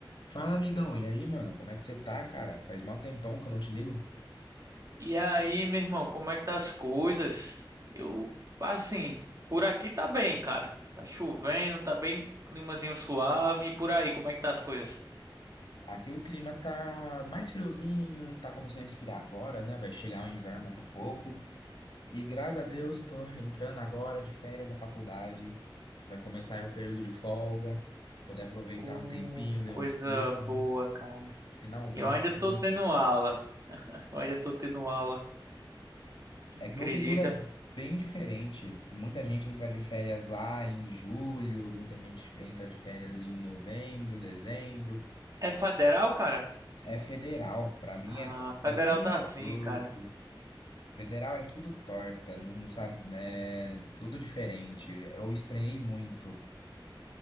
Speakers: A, on the left; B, on the right.
A: Fala, amigão. E aí, mano? Como é que você tá, cara? Faz mal tempão que eu não te ligo.
B: E aí, meu irmão, como é que tá as coisas? Eu, assim, por aqui tá bem, cara. Tá chovendo, tá bem climazinho suave. E por aí, como é que tá as coisas?
A: Aqui o clima tá mais friozinho, tá começando a esfriar agora, né? Vai chegar o inverno daqui a pouco. E graças a Deus tô entrando agora de férias da faculdade. Vai começar aí o período de folga, poder aproveitar
B: Ô,
A: um tempinho, ver
B: coisa
A: um filme,
B: boa, cara.
A: finalmente.
B: Eu ainda tô
A: né?
B: tendo aula. Eu ainda tô tendo aula. Tu
A: É
B: acredita?
A: que meu período é bem diferente. Muita gente entra de férias lá em julho, muita gente entra de férias em novembro, dezembro.
B: É federal, cara?
A: É federal, pra mim
B: Ah,
A: é,
B: federal
A: é tudo
B: tá assim,
A: torto.
B: cara.
A: Federal é tudo torta, não, não sabe, é tudo diferente. Eu estranhei muito.